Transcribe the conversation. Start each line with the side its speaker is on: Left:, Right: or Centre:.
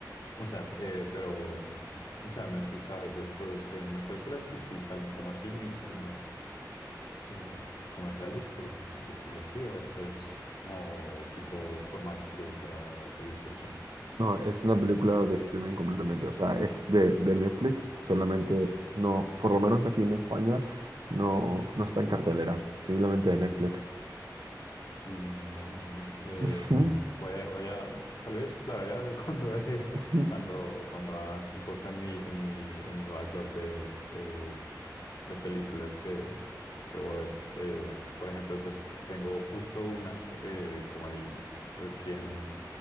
Left: o sea, eh, pero, o sea, Netflix a veces produce unas películas y sí salen como a cine y son más eh, comerciales, por decirlo así, o ese es como tipo formato puro para servicio de streaming.
Right: No, es una película de streaming completamente, o sea, es de, de Netflix, solamente no, por lo menos aquí en España, no, no está en cartelera, simplemente de Netflix.
Left: Mm, Bueno, bueno, eh,
Right: Ujú,
Left: voy a, voy a- tal vez la vea <laughs> cuando, deje-
Right: ujú,
Left: cuando, cuando avance un poco en mi, en mi, en mi backlog de, de, de películas que debo ver. Eh, por ejemplo, pues tengo justo una que, eh, como ahí recién,